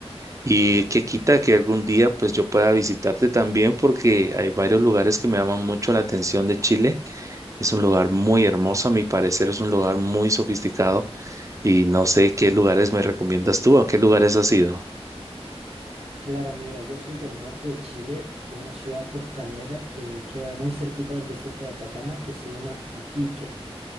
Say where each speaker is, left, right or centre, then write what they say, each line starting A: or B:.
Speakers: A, on the right; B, on the right.
A: y que quita que algún día pues yo pueda visitarte también porque hay varios lugares que me llaman mucho la atención de Chile es un lugar muy hermoso, a mi parecer es un lugar muy sofisticado y no sé qué lugares me recomiendas tú, a qué lugares has ido.
B: Claro, mira, yo soy del norte de Chile, de una ciudad costanera que queda muy cerquita del desierto de Atacama, que se llama Iquique.